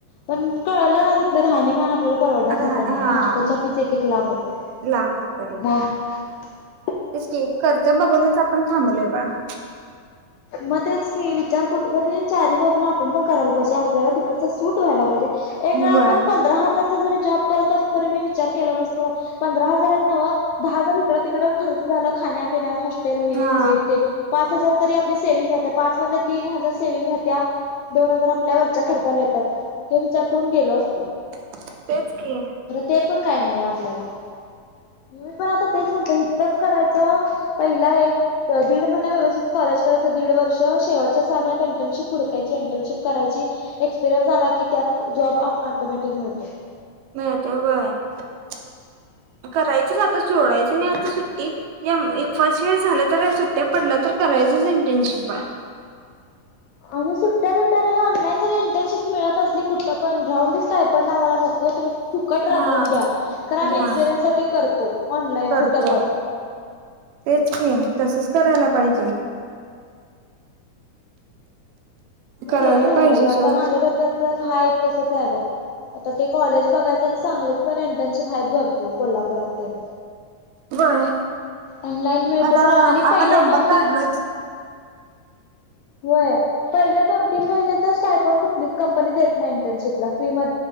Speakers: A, on the left; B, on the right.
A: पण कळलं ना ति रहाणीमान आपल्याला - परवडण्यासारखं
B: आता
A: नाही
B: हा
A: हॉस्टेलच्या फीस एक- एक लाख रुपये
B: लाख रुपये आहेत
A: मग -
B: तेच के खर्च बघूनच आपण थांबलय बा -
A: मग तेच की विचार कुठ तरी चार बाजून आपण पण करायला पाहिजे. आपल्याला तिकड सूट व्हायला पाहिजे एक वे आपण
B: बर
A: पंधरा हजार - जरी जॉब करत असतो तरी मी विचार केलो नसतो पंधरा हजार आहेत नव दहा हजार इकडं तिकडे खर्च - ला खापिण्यात हॉस्टेल -. मेस
B: हा
A: हे ते पाच हजार तर आपली सेविंग राहत्या तीन हजार सेविंग राह -. त्या दोन हजार आपल्या वरच्या खर्चाला येतात हे विचार करून गेलो अस..
B: <unintelligible> तेच की.
A: ते पण काय नाही आपल्याला -. मी पण आता तेच म्हणतो इथच करायचं पहिला एक दीड महिना व्यवस्थित करायच! दीड वर्ष शेवटच्या सहा महिन्यात इंटर्नशिप हूडकायची इंटर्नशिप करायची एक्परयन्स आला की त्या - जॉब ऑटोमॅटिक मिळतो.
B: <unintelligible>
A: <inaudible>
B: करायचच आता सोडायच नाही आता सुट्टी फर्स्ट एअर झाला तर या सुट्ट्या पडल्या तर कराय - <inaudible>
A: <inaudible> आणि सुट्ट्या बिट्ट्या नाही ऑनलाईन जर इंटर्नशिप मिळत असली कुठं पण राहून दिस काय पण आम्हाला नको - हो तुम्ही फुकट राबवून
B: हा
A: घ्या खर आम्ही
B: घ्या
A: एक्सपिरियन्ससाठी करतो ऑनलाईन
B: करतो
A: कुठं पण. <inaudible>
B: तेच की तसच करायला पाहिजे.
A: मी
B: करायला
A: तेच म्हणावले
B: पाहिजे
A: ब आता
B: शो
A: माझ्या डोक्यात तर हाय तसच आहे बघ. आता ते कॉलेज बघायच आणि सांगलेत पण इंटर्नशिप आहेत भरपूर कोल्हापुरात तेन.
B: बर
A: ऑनलाइन मिळते
B: आता
A: तर राहा आणि
B: आपण
A: पहिले
B: नंबर
A: दोन
B: काढलोयच
A: तीन <inaudible> होय. पहिले दोन तीन महिने तर स्टायफॉन कुठलीच कंपनी देत नाही इंटर्नशिपला फ्री म